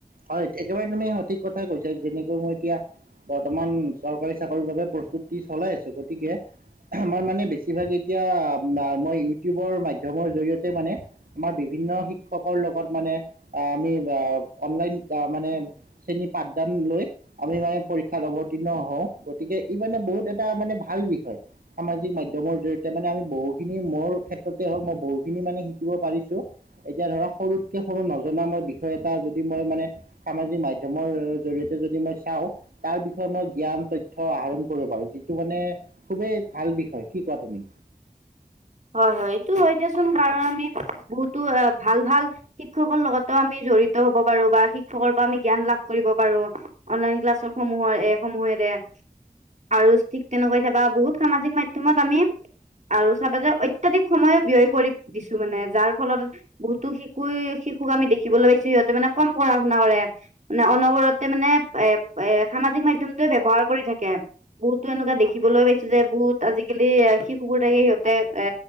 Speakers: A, on the right; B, on the right.
A: হয় একেবাৰে তুমি সঠিক কথাই কৈছা যেনেকৈ মই এতিয়া বৰ্তমান চৰকাৰী চাকৰিৰ বাবে প্ৰস্তুতি চলাই আছো, গতিকে আমাৰ মানে বেছিভাগ এতিয়া মা মই ইউটিউবৰ মাধ্যমৰ জৰিয়তে মানে, আমাৰ বিভি ভিন্ন শিক্ষকৰ লগত মানে আ আমি আ অনলাইন বা মানে শ্ৰেণী পাঠদান লৈ আমি মানে পৰীক্ষাত অৱতীৰ্ণ হওঁ গতিকে ই মানে বহুত এটা মানে ভাল বিষয়, সামাজিক মাধ্যমৰ জৰিয়তে মানে আমি বহুখিনি মোৰ ক্ষেত্ৰত <unintelligible> বহুখিনি মানে শিকিব পাৰিছো, এতিয়া ধৰা সৰুতকে সৰু নজনা মই বিষয় এটা য যি মই মানে সামাজিক মাধ্যমৰ জৰিয়তে যদি মই চাওঁ তাৰ বিষয়ে মই জ্ঞান তথ্য আহৰণ কৰিব বাৰু যিটো মানে খুবেই ভাল বিষয় কি কোৱা তুমি?
B: <unintelligible> হয় হয়, এইটো হয় দিয়াচোন কাৰণ আমি, বহুতো অ, ভাল ভাল শিক্ষকৰ লগতো আমি জড়িত হব পাৰো বা শিক্ষকৰ পা আমি জ্ঞান লাভ কৰিব পাৰো, অনলাইন ক্লাছ সমূহৰ এ সমূহেৰে তে, আৰু ঠিক তেনেকৈ চাবা বহুত সামাজিক মাধ্যমত আমি, আৰু চাবা যে অত্যাধিক। সময়ে ব্যয় কৰি দিছো মানে যাৰ ফলত বহুতো শিশুয়ে শিশুক আমি দেখিবলৈ <unintelligible> সিঁহতে মানে কম পঢ়াশুনা কৰে মানে অনবৰতে মানে এ এ সামাজিক মাধ্যমটোৱে ব্যৱহাৰ কৰি থাকে। বহুতো এনেকুৱা দেখিবলৈ পাইছো যে বহুত আজিকালি শিশুবোৰ থাকে সিহঁতে এ